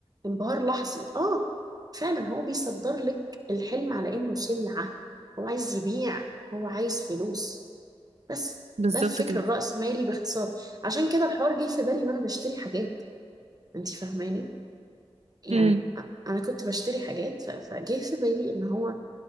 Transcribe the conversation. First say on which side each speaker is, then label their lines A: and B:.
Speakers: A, on the right; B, on the right.
A: انبهار لحظي اه فعلا هو بيصدر لك الحلم على انه سلعه هو عايز يبيع هو عايز فلوس بس
B: بالظبط
A: ده الفكر
B: كده
A: الرأسمالي باختصار عشان كده الحوار جه في بالي وانا بشتري حاجات انت فاهماني يعني
B: مم.
A: أ- انا كنت بشتري حاجات ف- فجه في بالي ان هو